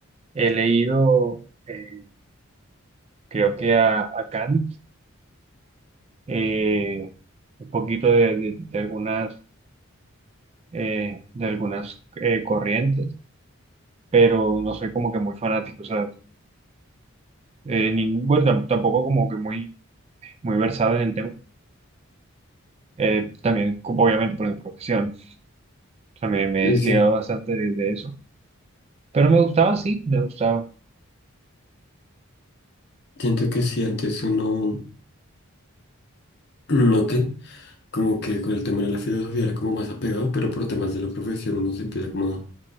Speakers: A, on the right (about 30°); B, on the left (about 50°).
A: He leído, eh, creo que a, a Kant, eh, un poquito de, de- de algunas, eh, de algunas eh, corrientes, pero no soy como que muy fanático, ¿sabes? Eh, ni, bueno, tam- tampoco como que muy, muy versado en el tema. Eh, también, como obviamente, por mi profesión. También me me
B: Y
A: he desligado
B: siento,
A: bastante de, de eso. Pero me gustaba, sí, me gustaba.
B: siento que si antes uno, no qué? como que con el tema de la filosofía era como más apegado, pero por temas de la profesión uno se empieza como